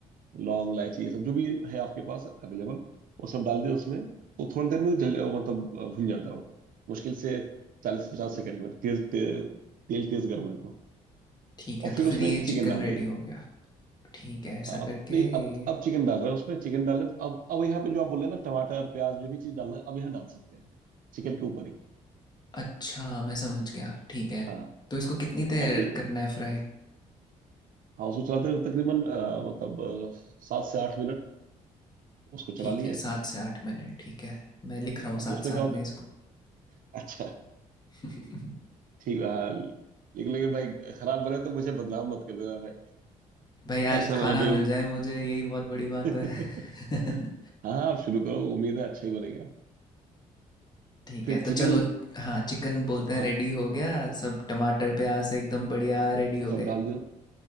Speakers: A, on the right (about 60°); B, on the left (about 25°).
A: लौंग इलायची ये सब जो भी है आपके पास अवेलेबल वो सब डाल दिए उसमें तो थोड़ी देर में वो जल वो मतलब अ, भुन जाता है वो मुश्किल से चालीस पचास सेकंड में तेज ते, तेल तेज गर्म है तो
B: ठीक है
A: और फिर
B: तो फिर
A: उसमें
B: ये
A: चिकन
B: चिकन
A: डाल
B: रेडी
A: दिए
B: हो गया ठीक है ऐसा
A: हाँ अब
B: करके
A: नहीं
B: ये
A: अब अब चिकन डाल रहे हैं उसमें चिकन डाल रहे हैं तो अब अब यहाँ पे जो आप बोल रहे हैं ना टमाटर प्याज जो भी चीज डालना है अब यहाँ डाल सकते हैं चिकन के ऊपर ही
B: अच्छा मैं समझ गया ठीक है
A: हाँ
B: तो इसको कितनी देर
A: और फिर
B: करना है फ्राई
A: हाँ उसको चलाते हुए तकरीबन अ, मतलब अ, सात से आठ मिनट उसको
B: ठीक
A: चला लिए
B: है सात से आठ मिनट ठीक है मैं लिख रहा हूँ
A: हाँ
B: साथ
A: तो उसमें
B: साथ
A: क्या होता
B: में
A: है
B: इसको
A: अच्छा
B: <laughs>
A: ठीक है हाँ लेकिन लेकिन भाई खराब बने तो मुझे बदनाम मत कर देना भाई
B: भाई आज
A: ऐसा
B: खाना
A: ना हो कि
B: मिल जाए मुझे यही बहुत बड़ी बात
A: <laughs>
B: है <laughs>
A: हाँ हाँ, आप शुरू करो उम्मीद है अच्छा ही बनेगा
B: ठीक
A: फिर
B: है
A: चिकन
B: तो चलो हाँ चिकन बोलते हैं
A: हाँ
B: रेडी हो गया सब टमाटर प्याज से एकदम बढ़िया रेडी हो
A: सब
B: गए
A: डाल दो